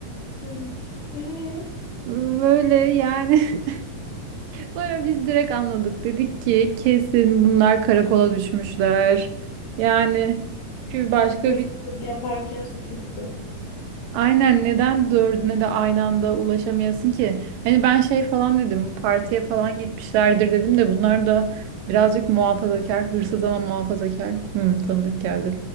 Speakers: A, on the left; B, on the right.
A: Hmm. Ee,
B: Böyle yani <laughs> Sonra biz direkt anladık. Dedik ki kesin bunlar karakola düşmüşler. Yani çünkü başka
A: Hırsızlık
B: bir
A: yaparken suçüstü.
B: aynen neden dördüne de aynı anda ulaşamayasın ki? Hani ben şey falan dedim partiye falan gitmişlerdir dedim de bunlar da birazcık muhafazakar hırsız ama muhafazakar. Hmm, tanıdık geldi.